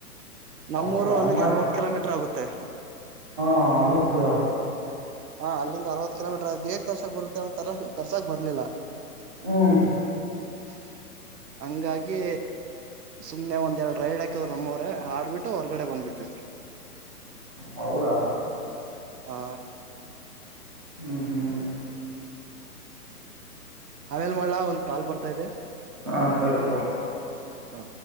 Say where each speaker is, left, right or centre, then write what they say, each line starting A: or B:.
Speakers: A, on the right (about 85°); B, on the right (about 15°).
A: ನಮ್ಮೂರು
B: ಹೌದಾ
A: ಅಲ್ಲಿಗೆ
B: ಹಂಗ್ ಮಾಡಿದನ
A: ಅರವತ್ತು ಕಿಲೋಮೀಟರ್ ಆಗುತ್ತೆ
B: ಹ ಅಲ್ಲೆಹೆಲ್ಡೆರ
A: ಹಾ ಅಲ್ಲಿಂದ ಅರವತ್ ಕಿಲೋಮೀಟರ್ ಆಗ ಹೇಗ್ ತರ್ಸಾಕ್ ಬರುತ್ತೆ ಅವ ತರ ತರ್ಸಾಕ್ ಬರ್ಲಿಲ್ಲ
B: ಹ್ಮ್
A: <inaudible> ಹಂಗಾಗಿ ಸುಮ್ನೆ ಒಂದ್ ಎರಡು ರೈಡ್ ಆಾಕ್ ನಮ್ಮವ್ರ ಆಡ್ಬಿಟ್ಟು ಮ ಹೊರ್ಗಡೆ ಬಂದ್ಬಿಟಿ
B: ಹೌದಾ
A: ಹಾ
B: ಹ್ಮ್ ಹ್ಮ್
A: ಆಮೇಲ್ ಮಾಡ್ಲಾ ಒಂದ್ ಕಾಲ್ ಬರ್ತಾ ಇದೆ
B: ಹಾಂ ಸರಿತ
A: ಹಾ